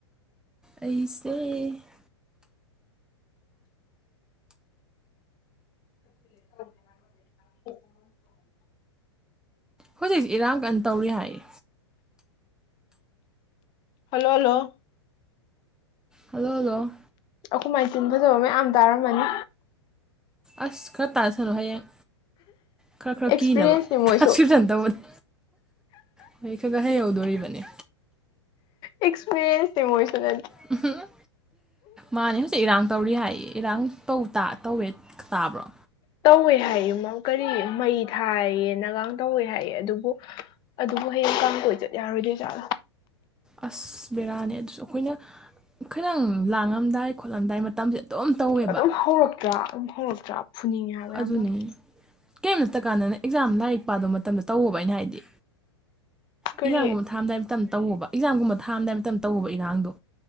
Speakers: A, in the centre; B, on the left.
A: ꯑꯩꯁꯦ <unintelligible>
B: <inaudible>
A: ꯍꯧꯖꯤꯛꯁꯤ ꯏꯔꯥꯡ ꯀꯟ ꯇꯧꯔꯤ ꯍꯥꯏꯌꯦ
B: ꯍꯜꯂꯣ ꯍꯜꯂꯣ
A: ꯍꯜꯂꯣ ꯍꯜꯂꯣ
B: ꯑꯩꯈꯣꯏ ꯃꯥꯏ ꯇꯨꯟꯗ ꯇꯧꯔꯝꯅꯤꯅ ꯑꯌꯥꯝ ꯇꯥꯔꯝꯃꯅꯤ
A: ꯑꯁ ꯈꯔ ꯇꯥꯁꯜꯂꯣ ꯍꯌꯦꯡ ꯈꯔ ꯈꯔ
B: ꯑꯦꯛꯁꯄꯤꯔꯤꯌꯦꯟꯁꯅꯤ
A: ꯀꯤꯅꯕ
B: ꯃꯣꯏꯁꯨ
A: ꯀꯥꯁꯨꯂꯟꯗꯧꯕꯅꯦ ꯃꯍꯩ ꯈ ꯒ ꯍꯩꯍꯧꯗꯣꯔꯤꯕꯅꯦ
B: ꯑꯦꯛꯁꯄꯤꯔꯤꯌꯦꯟꯁ ꯅꯦ ꯃꯣꯏꯁꯨꯅꯦ
A: ꯑꯍꯥ <unintelligible> ꯃꯥꯅꯦ ꯍꯧꯖꯤꯛ ꯏꯔꯥꯡ ꯇꯧꯔꯤ ꯍꯥꯏ ꯏꯔꯥꯡ ꯇꯧ ꯇꯥ ꯇꯧꯋꯦ ꯇꯥꯕ꯭ꯔꯣ
B: ꯇꯧꯋꯦ ꯍꯥꯏꯌꯦ ꯀꯔꯤ ꯃꯩ ꯊꯥꯏꯌꯦꯅꯒꯥꯡ ꯇꯧꯋꯦ ꯍꯥꯏꯌꯦ ꯑꯗꯨꯕꯨ ꯑꯗꯨꯕꯨ ꯍꯌꯦꯡ ꯀꯥꯡ ꯀꯣꯏ ꯆꯠ ꯌꯥꯔꯣꯏꯗꯣꯏ ꯖꯥꯠꯂ
A: ꯑꯁ ꯕꯦꯔꯥꯅꯦ ꯑꯗꯨꯁꯨ ꯑꯩꯈꯣꯏꯅ ꯈꯤꯇꯪ ꯂꯥꯡꯉꯝꯗꯥꯏ ꯈꯣꯠꯂꯝꯗꯥꯏ ꯃꯇꯝꯁꯦ ꯗꯨꯝꯇꯧꯋꯦ
B: ꯑꯗꯨꯝ ꯍꯧꯔꯛꯇ꯭ꯔꯥ ꯑꯗꯨꯝ ꯍꯧꯔꯛꯇ꯭ꯔꯥ ꯐꯨꯅꯤꯡꯉꯦ ꯍꯥꯏꯕ
A: ꯑꯗꯨꯅꯦ
B: ꯌꯥꯝꯅ
A: ꯀꯔꯤꯝ ꯅꯇ ꯀꯥꯟꯗꯅ ꯑꯦꯛꯖꯥꯝ ꯂꯥꯏꯔꯤꯛ ꯄꯥꯗꯧ ꯃꯇꯝꯗ ꯇꯧꯋꯣꯕ ꯑꯩꯅ ꯍꯥꯏꯗꯤ
B: ꯀꯔꯤ
A: ꯑꯦꯛꯖꯥꯝꯒꯨꯝꯕ ꯊꯥꯔꯝꯗꯥꯏ ꯃꯇꯝ ꯇꯧꯑꫭꯕ ꯑꯦꯛꯖꯥꯝꯒꯨꯝꯕ ꯊꯥꯔꯝꯗꯥꯏ ꯃꯇꯝ ꯇꯧꯑꫭꯕ ꯏꯔꯥꯡꯗꯣ